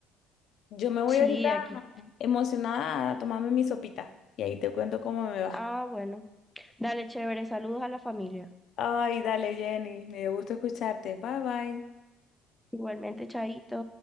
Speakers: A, on the left; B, in the centre.
A: Yo me voy
B: Sí,
A: ahorita
B: aquí.
A: emocionada a tomarme mi sopita y ahí te cuento cómo me va.
B: Ah, bueno. Dale, chévere. Saludos a la familia.
A: Ay, dale, Jenny, me dio gusto escucharte. Bye, bye.
B: Igualmente, Chaito.